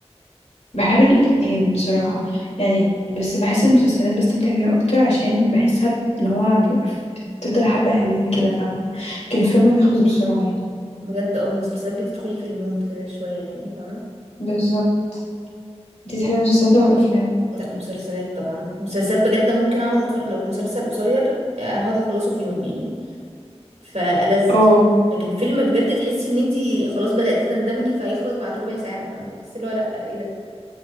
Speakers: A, on the left; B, on the right.
A: بحب الاتنين بصراحة يعني بس بحس المسلسلات بستمتع بيها أكتر عشان بحسها اللي هو بيبقى ف- بتفضل حبة حلوين كده فاهمة لكن الفيلم بيخلص بسرعة يعني
B: بجد اه المسلسلات بتدخلي في المود كده شوية يعني فاهمة
A: بالظبط انتي تحبي المسلسلات ولا الأفلام؟
B: لا مسلسلات طبعا مسلسلات بجد ممكن اقعد اتفرج لو مسلسل قصير اقعد اخلصه في يوم يعني فألذ
A: اه
B: بس- لكن فيلم بجد تحسي ان انتي خلاص بدأتي تندمجي فهيخلص بعد ربع ساعة فبحس اللي هو لا ايه ده